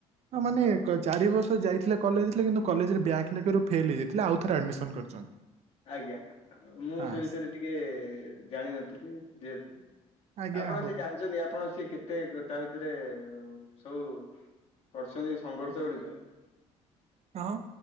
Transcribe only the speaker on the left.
ଆଉ
ଆଜ୍ଞା ମୁଁ
ସେ ବିଷୟରେ ଟିକେ ଜାଣିନଥିଲି ଯେହେତୁ
ଆପଣ
ସେ ଜାଣିଛନ୍ତି, ଆପଣ ସି କେତେ ଗୋଦା ଭିତରେ ଶୋଉ କରିଛନ୍ତି ସଂଘର୍ଷ ଉଡିକା